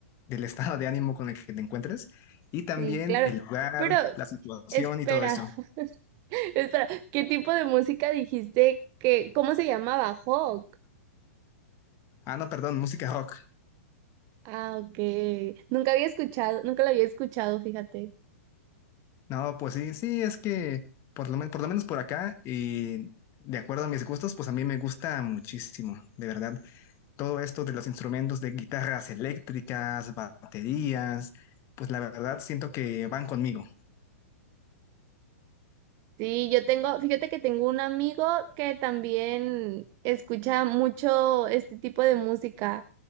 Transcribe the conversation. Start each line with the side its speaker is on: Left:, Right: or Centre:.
Left: del estado de ánimo con el que te encuentres y también
Right: Sí, claro.
Left: el lugar,
Right: Pero
Left: la situación
Right: espera,
Left: y todo eso.
Right: <laughs> espera, ¿qué tipo de música dijiste que, cómo se llamaba? Hawk.
Left: Ah, no, perdón, música rock.
Right: Ah, ok. Nunca había escuchado, nunca la había escuchado, fíjate.
Left: No, pues sí, sí, es que por lo, men- por lo menos por acá y de acuerdo a mis gustos, pues a mí me gusta muchísimo, de verdad. Todo esto de los instrumentos de guitarras eléctricas, baterías, pues la verdad siento que van conmigo.
Right: Sí, yo tengo, fíjate que tengo un amigo que también escucha mucho este tipo de música,